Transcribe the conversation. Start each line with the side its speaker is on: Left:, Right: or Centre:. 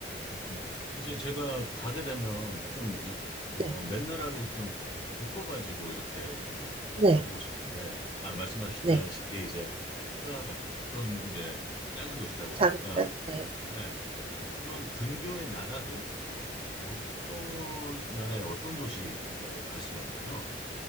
Left: 그렇구나. 이제 제가 가게 되면 좀, 역, 어,
Right: 네,
Left: 맨 나라를 좀 묶어가지고 이렇게 좀
Right: 네,
Left: 가보고 싶은데, 아, 말씀하셨다시피
Right: 네.
Left: 이제 프라하가 조금 이제 작은 도시다 보니까,
Right: 작은 네.
Left: 예, 그런 근교의 나라들, 어, 어떤 나라의 어떤 도시 뭐 갈 수가 있나요?